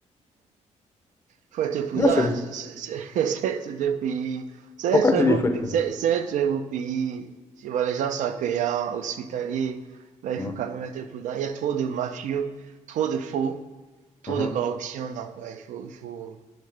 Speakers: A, on the right; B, on the left.
A: Faut être prudent,
B: Non, c'est
A: hein,
B: vrai.
A: c'est- c'est- c'est- <laughs> c'est- deux pays. C'est
B: Pourquoi
A: un très
B: tu
A: beau,
B: dis qu'il
A: pa-
B: faut être prudent?
A: c'est c'est un très beau pays. Tu vois, les gens sont accueillants, hospitaliers. Mais il
B: Mhm.
A: faut quand même être prudent. Il y a trop de mafieux, trop de faux, trop
B: Mhm.
A: de corruption. Donc, ouais, il faut, il faut,